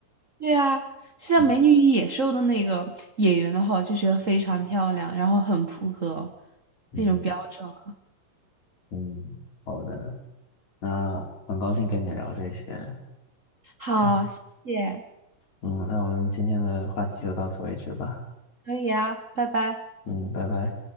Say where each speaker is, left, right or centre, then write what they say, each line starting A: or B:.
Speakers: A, on the right (about 65°); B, on the left (about 55°).
A: 对啊，就像《美女与野兽》的那个演员的话，
B: 嗯
A: 我就觉得非常漂亮，然后很符合
B: 嗯
A: 那种标准啊
B: 嗯，好的，那很高兴跟你聊这些。
A: 好，
B: <laughs>
A: 谢谢，
B: 嗯，那我们今天的话题就到此为止吧。
A: 可以啊，拜拜。
B: 嗯，拜拜。